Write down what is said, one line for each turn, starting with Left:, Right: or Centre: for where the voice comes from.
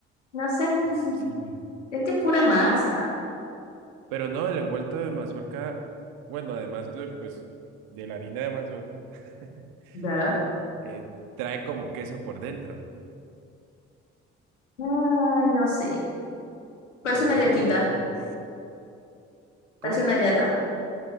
Left: No sé.
Right: Ah,
Left: <laughs>
Right: Sí.
Left: Es que es pura masa.
Right: Pero no, el envuelto de mazorca, bueno, además de, pues, de la harina de mazorca, <laughs>
Left: ¿Verdad?
Right: eh, trae como queso por dentro.
Left: Ay, no sé. Parece
Right: Con
Left: una
Right: queso
Left: yaquita.
Right: por dentro, uf. ¿Cómo?
Left: Parece una yaca.